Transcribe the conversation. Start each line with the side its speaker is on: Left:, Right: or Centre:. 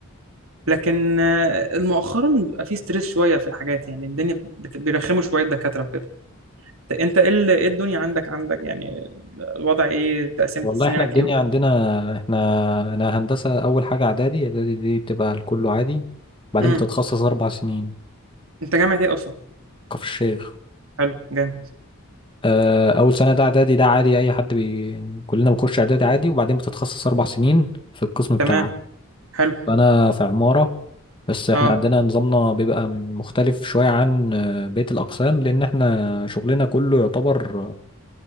Right: لكن آه، مؤخرا بيبقى فيه ستريس شويه في الحاجات يعني الدنيا بت- بيرخموا شويه الدكاتره وكده انت ايه ال- إيه الدنيا عندك عندك يعني الوضع ايه تقسيمة
Left: والله
Right: سنينك
Left: احنا الدنيا
Right: ايه وكده؟
Left: عندنا احنا انا هندسة اول حاجة اعدادي اعدادي دي بتبقى الكل عادي بعدين
Right: امم
Left: بتتخصص اربع سنين
Right: انت جامعة ايه اصلا
Left: كفر الشيخ
Right: حلو جامد
Left: آه، اول سنة ده اعدادي ده عادي اي حد بي... كلنا بنخش اعدادي عادي وبعدين بتتخصص اربع سنين في القسم بتاعك
Right: تمام حلو
Left: فانا في عمارة بس احنا
Right: اه
Left: عندنا نظامنا بيبقى مختلف شوية عن آه، بقية الاقسام لان احنا شغلنا كله يعتبر